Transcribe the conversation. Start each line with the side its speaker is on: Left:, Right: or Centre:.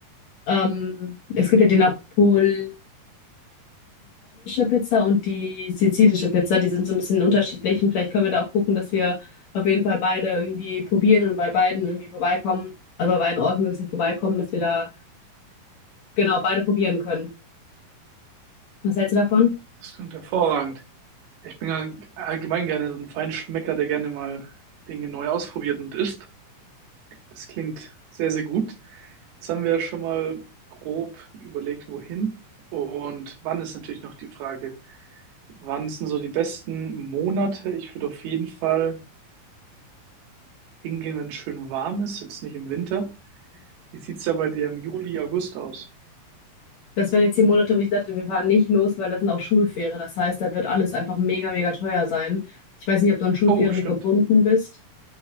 Left: ähm, es gibt ja die napolitanische Pizza und die sizilische Pizza. Die sind so ein bisschen unterschiedlich. Und vielleicht können wir da auch gucken, dass wir auf jeden Fall beide irgendwie probieren und bei beiden irgendwie vorbeikommen. Also bei beiden Orten so ein bisschen vorbeikommen, dass wir da genau beide probieren können. Was hältst du davon?
Right: Das klingt hervorragend. Ich bin ja allgemein gerne so ein Feinschmecker, der gerne mal Dinge neu ausprobiert und isst. Das klingt sehr, sehr gut. Jetzt haben wir ja schon mal grob überlegt, wohin. Und wann ist natürlich noch die Frage. Wann sind so die besten Monate? Ich würde auf jeden Fall hingehen, wenn es schön warm ist, jetzt nicht im Winter. Wie sieht es da bei dir im Juli, August aus?
Left: Das wären jetzt die Monate, wo ich dachte, wir fahren nicht los, weil das sind auch Schulferien. Das heißt, da wird alles einfach mega, mega teuer sein. Ich weiß nicht, ob du an Schulferien
Right: Oh, stimmt.
Left: gebunden bist.